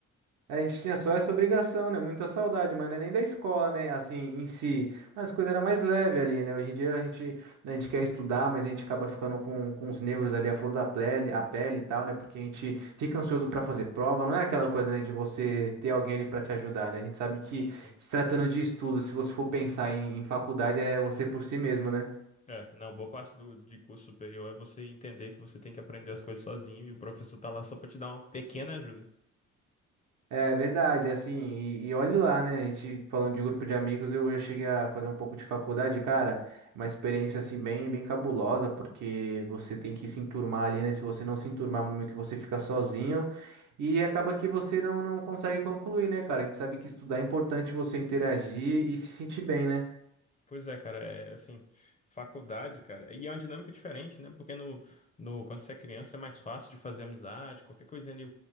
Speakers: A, on the right; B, on the left.
A: É, A gente tinha só essa obrigação, né? Muita saudade, mas não é nem da escola, né? Assim, em si. Mas a coisa era mais leve ali, né? Hoje em dia a gente, a gente quer estudar, mas a gente acaba ficando com, com os nervos ali, a flor da pele, a pele e tal, né? Porque a gente fica ansioso pra fazer prova. Não é aquela coisa, né, de você ter alguém ali pra te ajudar, né? A gente sabe que
B: Sim, sim.
A: se tratando de estudo, se você for pensar em, em faculdade, é você por si mesmo, né?
B: É, não, boa parte do, de curso superior é você entender que você tem que aprender as coisas sozinho e o professor tá lá só pra te dar uma pequena ajuda.
A: É verdade, assim, e, e olhe lá, né? A gente falando de grupo de amigos, eu já cheguei a fazer um pouco de faculdade, cara, uma experiência assim bem, bem cabulosa, porque você tem que se enturmar ali, né? Se você não se enturmar, meio que você fica sozinho e acaba que você não, não consegue concluir, né, cara? A gente sabe que estudar é importante você interagir e se sentir bem, né?
B: Pois é, cara, é assim, faculdade, cara, e é uma dinâmica diferente, né? Porque no, no, quando você é criança é mais fácil de fazer amizade, qualquer coisinha ali,